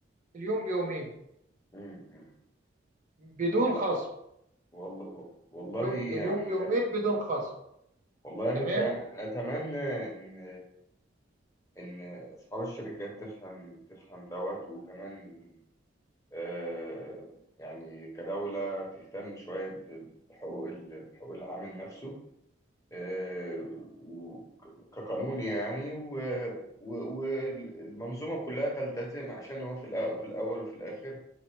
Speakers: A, on the right; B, on the left.
A: اليوم بيومين
B: امم امم.
A: بدون
B: والله
A: خصم
B: والله والله
A: اليوم
B: يعني
A: اليوم بيومين بدون خصم
B: والله يا متر
A: تمام
B: انا اتمنى ان ان اصحاب الشركات تفهم تفهم دوت وكمان آه، يعني كدولة تهتم شوية ب- بحقوق ال- بحقوق العامل نفسه آه، و- ك- كقانون يعني والمنظومة كلها تلتزم عشان هو في الأ- في الأول وفي الآخر